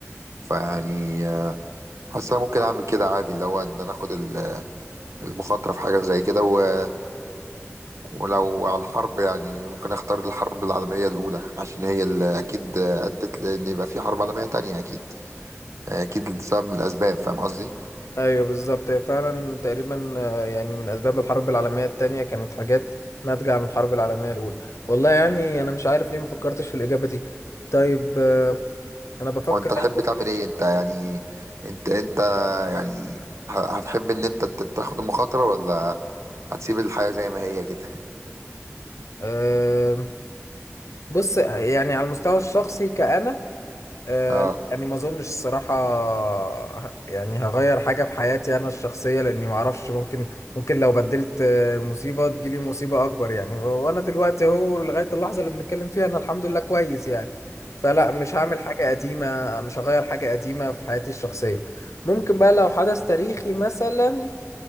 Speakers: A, on the right; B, on the left.
A: فيعني آه، حاسس انا ممكن اعمل كده عادي اللي هو ان انا اخد ال- المخاطرة في حاجة زي كده و- ولو على الحرب يعني ممكن اختار الحرب العالمية الاولى عشان هي اللي اكيد آه، ادت لان يبقى في حرب عالمية تانية اكيد آه، اكيد سبب من الاسباب فاهم قصدي
B: ايوه بالظبط هي فعلا تقريبا آه، يعني من اسباب الحرب العالميه التانية كانت حاجات ناتجه عن الحرب العالميه الاولى والله يعني انا مش عارف ليه ما فكرتش في الاجابه دي طيب آه، انا بفكر
A: وانت تحب
B: انا ممكن
A: تعمل ايه انت يعني انت انت يعني ه- هتحب ان انت ت- تاخد المخاطرة ولا هتسيب الحياة زي ما هي كده
B: آه، بص يعني على المستوى الشخصي كأنا آه،
A: اه
B: لا، يعني ما اظنش الصراحة ه- يعني هغير حاجة في حياتي انا الشخصية لاني ما اعرفش ممكن ممكن لو بدلت آه، مصيبة تجيلي مصيبة اكبر يعني و- وانا دلوقتي اهو لغاية اللحظة اللي بنتكلم فيها انا الحمد لله كويس يعني فلا مش هعمل حاجة قديمة مش هغير حاجة قديمة في حياتي الشخصية ممكن بقى لو حدث تاريخي مثلا